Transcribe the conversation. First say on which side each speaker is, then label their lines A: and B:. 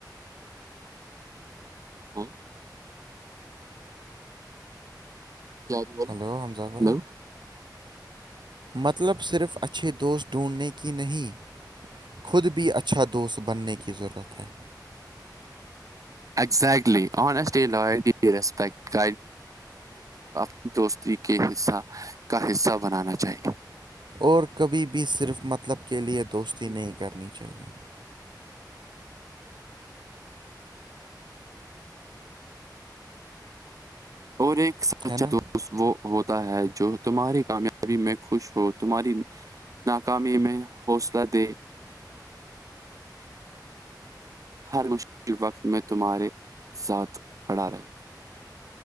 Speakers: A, on the right; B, on the right.
A: ہاں کیا تھی بولے
B: ہلو حمزہ بھائی
A: ہلو
B: مطلب صرف اچھے دوست ڈھونڈنے کی نہیں خود بھی اچھا دوست بننے کی ضرورت ہے
A: گزلی آسےپ <unintelligible> دوستی کے حصہ کا حصہ بنانا چاہیے
B: اور کبھی بھی صرف مطلب کے لیے دوستی نہیں
A: یہ تو
B: کرنی چاہیے
A: اور ایک سچا
B: ہے نا
A: دوست وہ ہوتا ہے جو تمہاری کامیابی میں خوش ہو تمہاری ناکامی میں حوصلہ دے ہر مشکل وقت میں تمہارے ساتھ کھڑا رہے ہوں